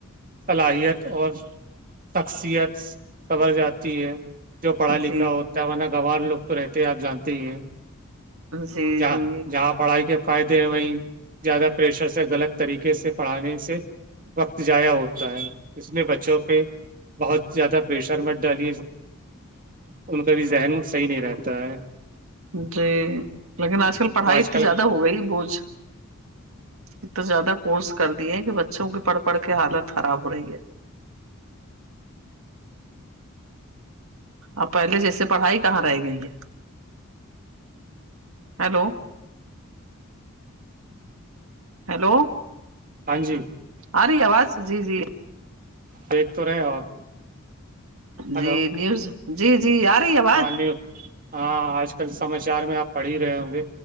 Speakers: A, on the right; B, on the right.
A: صلاحیت اور شخصیت سور جاتتی ہے جو پڑھا لکھا
B: جی
A: ہوتا ہے نہ گوار لوگ تو رہتے ہیں آپ جانتے ہی ہیں
B: جی
A: ج
B: جی
A: جہ پڑھائی کے فائدے ہیں وہیں زیادہ پریشر سے غلط طریقے سے پڑھانے سے وقت جضایا ہوتا ہے اس میں بچوں پہ بہت زیادہ پریشر مت ڈالے ان کا بھی ذہن صحیح نہیں رہتا ہے
B: جی لیکن آج کل پڑھائی
A: آج
B: اتنی
A: کل
B: زیادہ ہو گئی بوھ ا تو زیادہ کورس کر دیے ہیں کہ بچوں کی پڑھ پڑھ کے حالت خراب ہو رہی ہے اب پہلے جیسے پڑھائی کہاں رہ گئی ہے ہیلو ہیلو
A: ہاں جی
B: آ رہی آواز جی جی
A: دیکھ تو رہے ہو آپ
B: جی
A: ہلو
B: نیوز جی جی آ رہی ہےب
A: ہاں نیوز ہاں آج کل سماچار میں آپ پڑھ ہی رہے ہوں گے